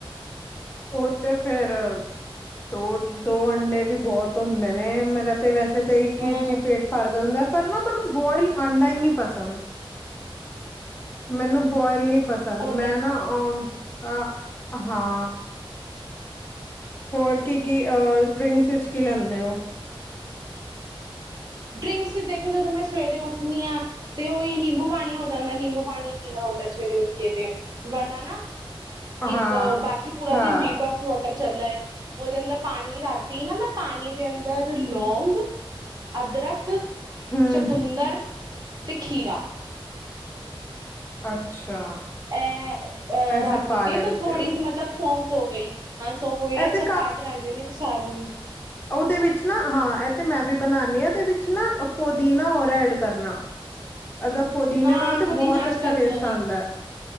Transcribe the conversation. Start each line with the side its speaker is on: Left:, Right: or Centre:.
Left: ਉਹ ਤੇ ਫੇਰ ਦੋ-ਦੋ ਅੰਡੇ ਵੀ ਬਹੁਤ ਹੁੰਦੇ ਨੇ ਮੇਰਾ ਤੇ ਵੈਸੇ ਤਾਂ ਇੱਕ
Right: ਹਾਂ
Left: ਹੀ ਚ ਪੇਟ ਭਰ ਜਾਂਦਾ। ਪਰ ਨਾ ਮੈਨੂੰ ਬੋਇਲ ਆਂਡਾ ਈ ਨੀ ਪਸੰਦ। ਮੈਨੂੰ ਬੋਇਲ ਨੀ ਪਸੰਦ
Right: ਹੁਣ
Left: ਮੈਂ ਨਾ ਅ ਹਾਂ ਹੋਰ ਕੀ-ਕੀ ਡਰਿੰਕਸ ਵਿੱਚ ਕੀ ਲੈਂਦੇ ਹੋ?
Right: ਡਰਿੰਕਸ ਦੇਖੋ ਜਦੋਂ ਮੈਂ ਸਵੇਰੇ ਉੱਠਣੀ ਹਾਂ ਤੇ ਉਹੀ ਨਿੰਬੂ-ਪਾਣੀ ਹੋ ਜਾਂਦਾ। ਨਿੰਬੂ-ਪਾਣੀ ਪੀਣਾ ਹੁੰਦਾ। ਸਵੇਰੇ ਉੱਠ ਕੇ ਤੇ ਵਰਨਾ ਨਾ ਇੱਕ
Left: ਹਾਂ
Right: ਓ ਬਾਕੀ ਪੂਰਾ
Left: ਹਾਂ
Right: ਦਿਨ ਡੀਟੋਕਸ ਵਾਟਰ ਚੱਲਦਾ ਐ। ਉਹਦੇ ਅੰਦਰ ਪਾਣੀ ਰਾ ਤੀ ਨਾ ਮੈਂ ਪਾਣੀ ਦੇ ਅੰਦਰ ਲੌਂਗ ਅਦਰਕ,
Left: ਹੂੰ
Right: ਚਕੁੰਦਰ ਤੇ ਖੀਰਾ।
Left: ਅੱਛਾ।
Right: ਐ
Left: ਇਹ ਸਭ
Right: ਰੱਖ
Left: ਪਾ
Right: ਕੇ
Left: ਲੈਂਦੇ
Right: ਤੇ ਥੋੜ੍ਹੀ
Left: ਹੋ
Right: ਜੀ ਮਤਲਬ ਸੌਂਫ ਹੋ ਗਈ। ਹਾਂ ਸੋਫ ਵੀ
Left: ਇਹ ਤੇ
Right: ਸਭ ਪਾ ਕੇ ਰੱਖ ਦਿਨੀ ਆ। ਸਾਰਾ ਦਿਨ
Left: ਓਦੇ ਵਿੱਚ ਨਾ ਹਾਂ ਐ ਤੇ ਮੈਂ ਵੀ ਬਣਾਣੀ ਆ। ਓਦੇ ਵਿੱਚ ਨਾ ਪੁਦੀਨਾ ਔਰ ਐਡ ਕਰਨਾ। ਅਦਾ ਪੋਦੀਨੇ
Right: ਹਾਂ
Left: ਨਾਲ ਤਾਂ
Right: ਪੁਦੀਨਾ
Left: ਬਹੁਤ
Right: ਅੱਜ
Left: ਅੱਛਾ
Right: ਕੱਲ
Left: ਟੇਸਟ
Right: ਹਾਂ
Left: ਆਦਾਂ।